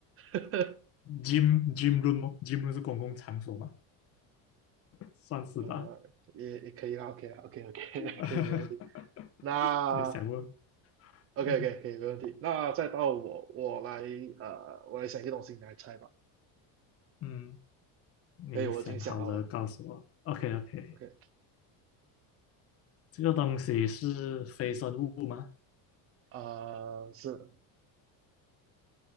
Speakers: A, on the right (about 35°); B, on the left (about 35°).
A: <laughs>
B: ，gym gym room 吗？gym room 是公共场所吗？算是吧。
A: 呃，也也可以啦，OK o k OK，<laughs>
B: <laughs>
A: 可以没问题。那
B: 我有想过，
A: OK
B: 呃，
A: OK 可以没问题。那再到我我来呃，我来想一个东西，你来猜吧。
B: 嗯，你想好了告诉我。
A: 可以，我已经想好了。
B: OK OK，
A: OK。
B: 这个东西是非生物吗？
A: 呃，是